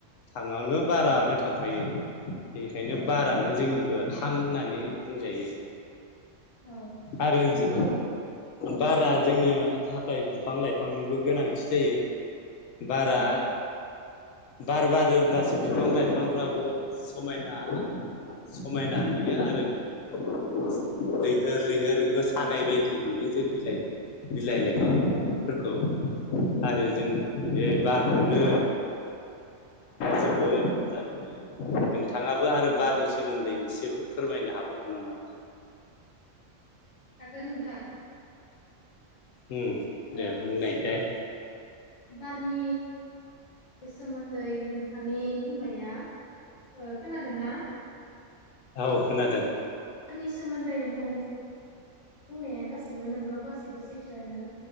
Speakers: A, on the left (about 80°); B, on the left (about 65°).
A: हां वायनो बारानो थांफायो बेनिखायनो
B: औ
A: बारानो
B: नंगौ
A: जोंनिबो हां होननानै बुंजायो
B: औ
A: आरो
B: नंगौ
A: जे बारा जोंनो थाखाय बिफां लाइफांनोबो गोनांथि जायो बारा
B: नंगौ
A: बार बारोब्लासो बिफां लाइफांफ्राबो समायना समायना नुयो आरो लैहोर लैहोर मोसानाय बायदि नुयो जों बिलाइ बिलाइ लाय बिफांफोरखौ
B: औ
A: आरो
B: औ
A: जों
B: नंगौ
A: बे बारखौनो जोबोद मोजां मोनो। नोंथाङाबो आरो
B: नंगौ
A: बारनि सोमोन्दै एसेबो फोरमायनो हाबावगोन नामा?
B: हागोन नोंथां।
A: उम दे
B: ओ
A: बुंनायसाय।
B: बारनि सोमोन्दै नोंथांनि बुंनाया ओ खोनादोंना?
A: औ खोनादों।
B: नि सोमोन्दै नोंथांनि बुंनाया गासैबो नोंगौ गासिबो सैथोयानो।